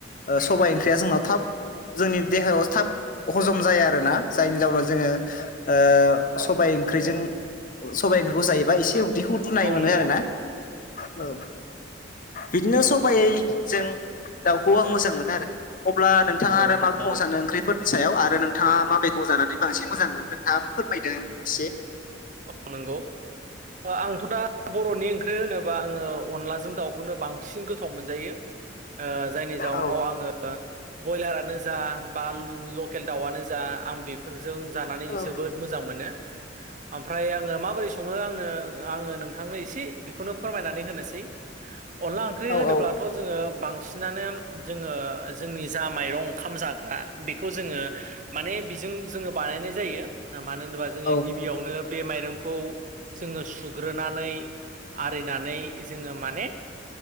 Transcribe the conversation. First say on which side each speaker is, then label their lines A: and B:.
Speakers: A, on the left; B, on the right.
A: सबायाइ ओंख्रिया जोंनाव थाब जोंनि देहायाव थाब हजम जाया आरोना जायनि जाउनाव जोंङो। ओ सबाइ ओंख्रिजों सबाइ ओंख्रिखौ जायोबा एसे उदैखौ दुनाय
B: औ नंगौ औ नंगौ औ
A: मोनो
B: नंगौ
A: आरो ना औ बिदिनो सबायजों दाउखौ आं मोजां मोना आरो अब्ला नोंथांङा
B: औ
A: आरो मा
B: नंगौ
A: बुंबावनो सानो ओंख्रिफोरनि नसायाव आरो नोंथाङा माबेखौ जानानै बांसिन मोजां मोनो नोंथाङा फोरमायदो एसे
B: औ नंगौ आंथ' दा बर'नि ओंख्रि होनोबा आंङो अनलाजों दाउखौनो बांसिन गोथाव मोनजायो ओ जायनि जाउनाव
A: औ
B: आंङो ओ ब्रयलारानो जा बा लकेल दाउआनो जा आं बि फोर जों जानानै
A: औ
B: जोबोद मोजां मोनो। फ्राय आंङो माबोरै संङो आंनो आंङो नोंथांनो एसे बेखौनो फोरमायनानै होनोसै। अनला ओंख्रि
A: औ
B: होनोब्लाथ'
A: औ
B: जोंङो बांसिनानो जोंङो जोंनि जा माइरं ओंखाम जाग्रा बेखौ जोंङो ‌ माने बिजों जोंङो बानायनाय जायो मानो होनोबा जोंङो
A: औ
B: गिबियावनो बे माइरंखौ जोंङो सुग्रोनानै आरिनानै जोंङो माने